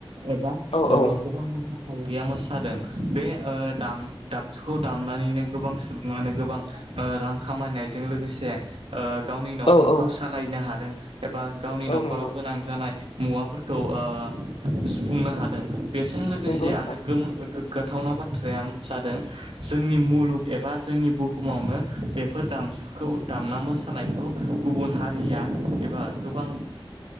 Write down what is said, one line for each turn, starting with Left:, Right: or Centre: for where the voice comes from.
Right: ओं ओ
Left: औ औ
Right: गोबां मोसाखाविया मोसादों बे ओ दाम दाबजुखौ दामनानैनो गोबां सुबुङानो गोबां रां खामायनायजों लोगो से ओ गावनि न'खरखौ
Left: औ औ
Right: सालायनो हादों एबा गावनि
Left: औ
Right: न'खराव
Left: नंगौ
Right: गोनां जानाय मुवाफोरखौ ओ सुफुंनो हादों। बेजों लोगोसे
Left: नंगौ नोंथां
Right: आरो गोमो गो गाथावना बाथ्राया जादों जोंनि मुलुग एबा जोंनि बुहुमावनो बेफोर दाम जुखौ दामना मोसानायखौ गुबुन हारिया एबा गोबां